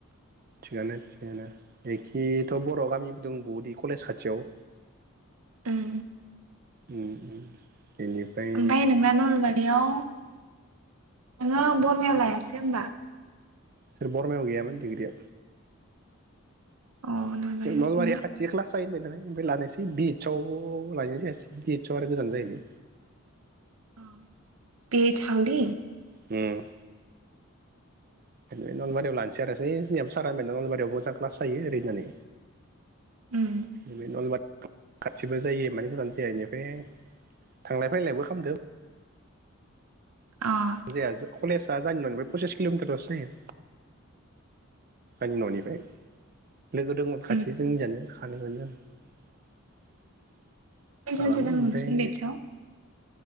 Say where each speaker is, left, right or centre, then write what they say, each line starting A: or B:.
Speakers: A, on the right (about 45°); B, on the right (about 90°).
A: थिगानो थिगानो एखेथ' बर' गामिबो दं बदि कलेज खाथियाव।
B: उम।
A: उम उम। बेनिफ्राय
B: ओमफाय नोंना नलबारियाव। नोङो बरमायाव लायासै होनबा?
A: सोर बरमायाव गैयामोन दिग्रिया।
B: अ नलबारियावसो
A: नलबारिया
B: ना
A: खाथि खाल्स बिदि होनबाय ओमफाय लानायसै बि इडसआव लानाय जायासै बि इडस आव आरो गोजान जायोलै।
B: औ बे थांदि
A: ओम। <unintelligible> नलबारियाव लानोसै आरो जोंनियाबो सारा होनबाय नलबारियावबो मोजां क्लास जायो ओरै होननानै।
B: उम
A: <unintelligible> खाथिबो जायो मानि गोजान जाया ओमफाय थांलाय फैलायबो खालामदो।
B: अ आतसा
A: जाया जा कलेज आ जाहानि न'निफ्राय फनसास किल'मिटारलसो जायो। आंनि न'निफ्राय। लोगो दंमोन खासे
B: उम
A: जोंनिजानो <unintelligible>
B: बेसांसो
A: माबामोन
B: दङ नोंसिनि
A: ओमफ्राय
B: बेदसआव?